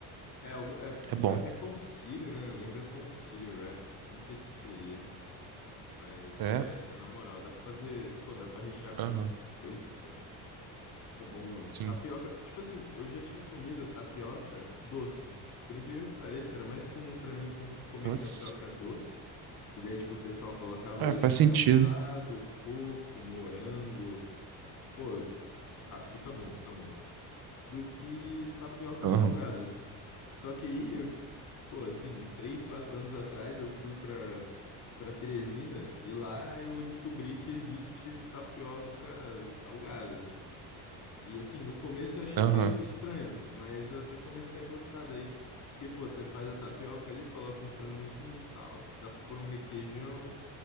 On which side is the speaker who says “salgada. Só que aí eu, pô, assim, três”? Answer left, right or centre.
Left